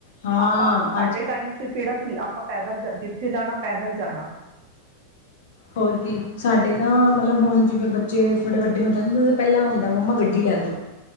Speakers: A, on the left; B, on the right.
A: ਹਾਂ
B: ਆਪਾਂ ਸਾਡੇ
A: ਅੱਜ
B: ਟਾਈਮ ਚ ਕੇੜਾ ਆਪਾ ਪੈਦਲ ਜ ਜਿੱਥੇ ਜਾਣਾ ਪੈਦਲ ਜਾਣਾ।
A: ਹੋਰ ਕੀ, ਸਾਡੇ ਤਾਂ ਮਲਬ ਹੋਨ ਜਿਵੇਂ ਬੱਚੇ ਥੋੜੇ ਵੱਡੇ ਹੋ ਜਾਂਦੇ ਪੈਲਾਂ ਹੁੰਦਾ ਮੰਮਾ ਗੱਡੀ ਲੈ ਦੋ।